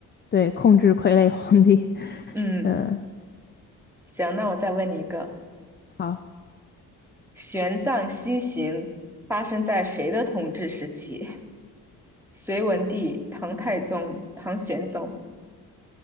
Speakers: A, on the left (about 25°); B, in the centre.
A: 对，控制傀儡皇帝。<laughs>
B: 嗯，
A: 嗯，
B: 行，那我再问你一个，
A: 好，
B: 玄奘西行发生在谁的统治时期？隋文帝、唐太宗、唐玄宗。